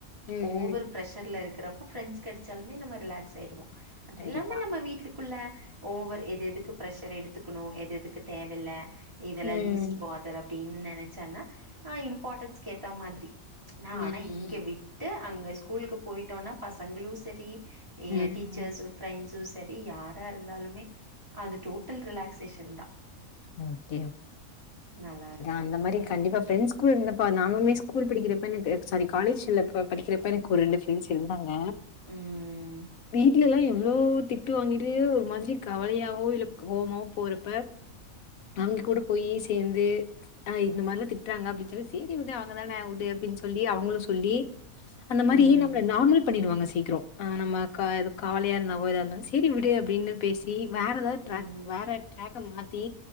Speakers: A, on the left; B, on the right.
A: ம்
B: ஓவர்
A: ம்
B: பிரஷர்ல இரு க்கறப்போ ஃப்ரண்ட்ஸ் கெடச்சாலுமே நம்ம ரிலாக்ஸ் ஆயிருவோ அது
A: கண்டிப்பா
B: இல்லாம நம்ம வீட்டு க்குள்ள ஓவர் எது எதுக்கு பிரஷர் எடுத்துக்குணு எது எதுக்கு தேவ இல்ல இதுல
A: ம்
B: லீஸ்ட் போ தர் அப் டினு நெனச்சன்னா நா இம்பார்ட்டன்ஸ்க்கு ஏத்த மாதிரி நா
A: ம்
B: ஆனா இங்க விட்டு அங்க ஸ்கூலுக்கு போயி ட்டோனா பசங்களு செரி ஏ
A: ம்
B: டீச்சர்ஸ் ஃப்ரெண்ட்ஸ் சேரி யாரா இருந்தாலுமே அது டோட்டல் ரிலாக்ஸ்சேஷன் தா
A: <unintelligible>
B: நல்லாருக்கும்.
A: அந்த மாதிரி
B: ம்.
A: கண்டிப்பா ஃபிரண்ட்ஸ் கூட இருந்த இப்போ நானுமே ஸ்கூல் படிக்கிறப்ப எனக்கு சாரி காலேஜில படிக்கிறப்ப எனக்கு ஒரு ரெண்டு ஃப்ரெண்ட்ஸ் இருந்தாங்க
B: உம்
A: இல்லல்லாம் எவ்ளோ திட்டு வாங்கிட்டு ஒரு மாதிரி கவலையாவோ இல்ல கோவமாவோ போறப்ப அவங்க கூட போய் சேர்ந்து அஹ் இந்த மாதிரில்லாம் திட்டுறாங்க அப்படின்னு சொல்லி சரி விடு அவங்கதானே விடு அப்படின் சொல்லி அவங்களும் சொல்லி அந்த மாதிரி
B: ம்.
A: நம்மளை நார்மல் பண்ணிடுவாங்க சீக்கிரம் நம்ம கவலையா இருந்தாவ ஏதா இருந்தாலும் சரி விடு அப்படின்னு பேசி வேற ஏதாவது ட்ராக்
B: ம்.
A: வேற ட்ராக் அந்த மா தே